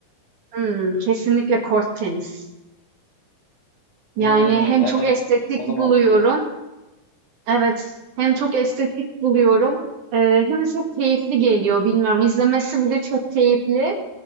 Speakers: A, on the right (about 55°); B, on the left (about 85°).
A: Hımm, kesinlikle kort tenis. Yani,
B: Hmm,
A: hem
B: evet,
A: çok estetik
B: o
A: buluyorum
B: da mantıklı.
A: Evet, hem çok estetik buluyorum, eee, hem de çok keyifli geliyor. Bilmiyorum, izlemesi bile çok keyifli.